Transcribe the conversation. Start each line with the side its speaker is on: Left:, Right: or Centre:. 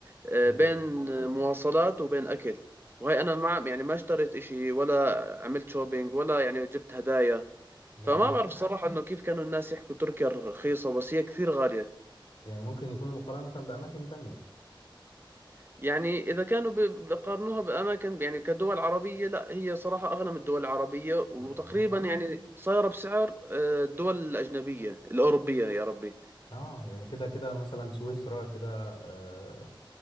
Right: آه،
Left: اوه
Right: بين آه، مواصلات وبين اكل وهي انا ما يعني ما اشتريت اشي ولا عملت شوبينج ولا يعني جبت هدايا
Left: ده
Right: فما
Left: قريت
Right: بعرف صراحة إنه كيف كانوا الناس يحكوا تركيا رخيصة بس هي كثير غالية
Left: يعني ممكن يكونوا مقارنة بأماكن تانية
Right: يعني إذا كانوا ب- بقارنوها بأماكن يعني كدول عربية لا هي صراحة أغلى من الدول العربية وتقريبا
Left: ده
Right: يعني صايرة بسعر آه، الدول الأجنبية الأوروبية يا ربي
Left: اه يعني كده كده مثلا سويسرا كده آه